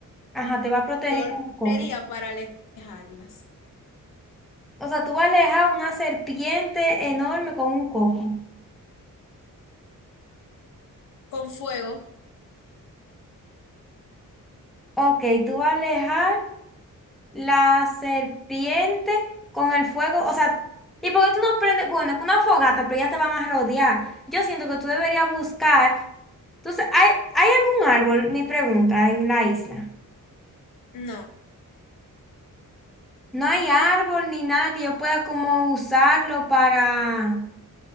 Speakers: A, in the centre; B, on the left.
A: Ajá, te va a proteger
B: yo
A: con
B: lo
A: un coco.
B: haría para alejarlas.
A: O sea, tú vas a alejar una serpiente enorme con un coco.
B: Con fuego,
A: Ok, tú vas a alejar. La serpiente con el fuego, o sea, ¿y por qué tú no prendes? Bueno, es una fogata, pero ya te van a rodear. Yo siento que tú deberías buscar. Entonces, ¿hay, hay algún árbol? Mi pregunta, en la isla.
B: no.
A: No hay árbol ni nada que yo pueda como usarlo para,